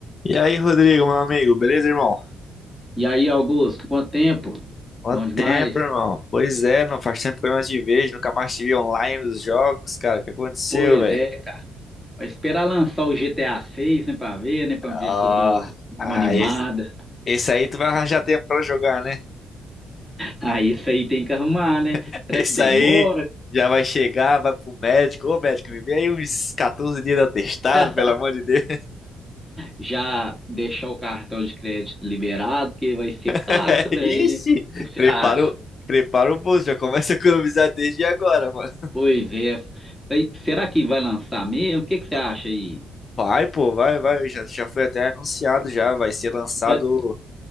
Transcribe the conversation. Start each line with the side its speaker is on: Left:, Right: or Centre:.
Left: E aí, Rodrigo, meu amigo, beleza, irmão?
Centre: E aí, Augusto, quanto tempo?
Left: Quanto
Centre: Bom demais.
Left: tempo, irmão? Pois é, não faz tempo que eu não te vejo, nunca mais te vi online nos jogos, cara. O que aconteceu,
Centre: Pois
Left: velho?
Centre: é, vai esperar lançar o GTA 6, né, pra ver, né, pra
Left: Ah,
Centre: ver se eu dou uma
Left: ah,
Centre: animada.
Left: esse, esse aí tu vai arranjar tempo pra jogar, né?
Centre: Aí isso aí tem que arrumar, né?
Left: <laughs>
Centre: Será
Left: Esse
Centre: que demora?
Left: aí já vai chegar, vai pro médico. Ô, médico, me vê aí uns 14 dias de atestado,
Centre: <laughs>
Left: pelo amor de Deus.
Centre: Já deixar o cartão de crédito liberado, porque vai ser caro
Left: <laughs>
Centre: também,
Left: Ixi,
Centre: né? O que que você
Left: prepara
Centre: acha?
Left: o, prepara o bolso, já começa a economizar desde agora, mano.
Centre: Pois é. Aí, será que vai lançar mesmo? O que que você acha aí?
Left: Vai, pô, vai, vai. Já, já foi até anunciado, já vai ser lançado.
Centre: Já,